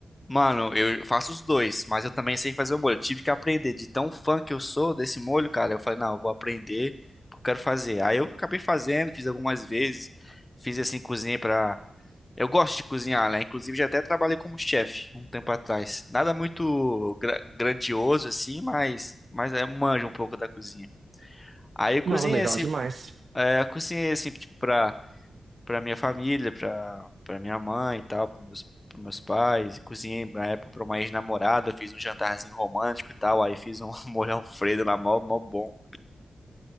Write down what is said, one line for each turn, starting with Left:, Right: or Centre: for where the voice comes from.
Left: Mano, eu faço os dois, mas eu também sei fazer o molho. Eu tive que aprender de tão fã que eu sou desse molho, cara. Eu falei, não, eu vou aprender, porque eu quero fazer. Aí eu acabei fazendo, fiz algumas vezes, fiz assim cozinhei pra Eu gosto de cozinhar, né? Inclusive já até trabalhei como chefe um tempo atrás. Nada muito gra- grandioso assim, mas mas é manjo um pouco da cozinha. Aí eu cozinhei
Right: Não, legal
Left: assim,
Right: demais.
Left: é, eu cozinhei assim tipo, pra para minha família, pra para minha mãe e tal, para meus pros meus pais. Cozinhei na época pra uma ex-namorada, fiz um jantarzinho romântico e tal, aí fiz um <laughs> molho Alfredo lá mó mó bom.